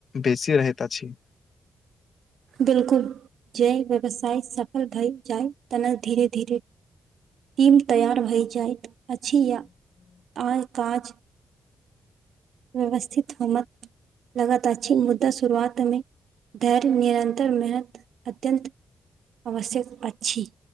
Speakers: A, on the left; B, on the right.
A: बेसी रहिता अछि।
B: बिल्कूल जे व्यवसाय सफल भए जाइ तेना धीरे धीरे टीम तैयार भऽ जाइत अछि या आ काज व्यवस्थित हो मत लगातार छीन मुद्दा शुरुआत मे धैर्य निरन्तर महत अत्यन्त आवश्यक अछि